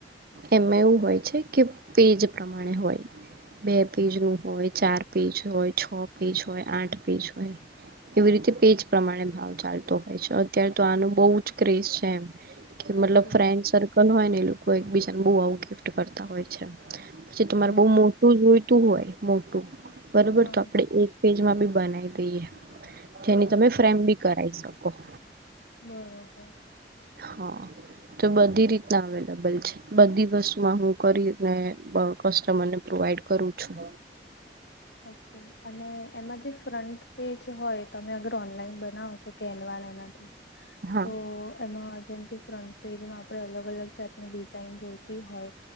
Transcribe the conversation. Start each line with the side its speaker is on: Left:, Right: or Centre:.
Right: એમાં એવું હોય છે, કે પેજ પ્રમાણે હોય બે પેજો હોય, ચાર પેજ હોય, છ પેજ હોય, આઠ પેજ હોય. આવી રીતે પેજ પ્રમાણે ભાવ ચાલતો હોય છે, અત્યારે તો આનો બહુ જ ક્રેઝ છે, એમ કે મતલબ
Left: ઓકે
Right: ફ્રેન્ડ સર્કલ હોય ને, એ લોકો એક-બીજાને બહુ આવું ગિફ્ટ કરતા હોય. પછી તમારે
Left: હા
Right: બઉ મોટું જોઈતું હોય, મોટું બરોબર
Left: હા
Right: તો આપડે એક પેજમાં ભી બનાવી દઈએ, જેની
Left: ઓકે
Right: તમે ફ્રેમ ભી કરાઈ શકો.
Left: બરોબર
Right: હા તો બધી રીતના અવેલેબલ છે, બધી વસ્તુમાં હું કરીને અ, કસ્ટમરને પ્રોવાઈડ કરું છું.
Left: ઓકે અને એમાં જે ફ્રન્ટ પેજ હોય, તમે અગર ઓનલાઈન બનાવો જો કેનવા એનાથી,
Right: હા
Left: તો એમાં જેમ કે ફ્રન્ટ પેજમાં આપણે અલગ-અલગ જાતની જોઈતી હોય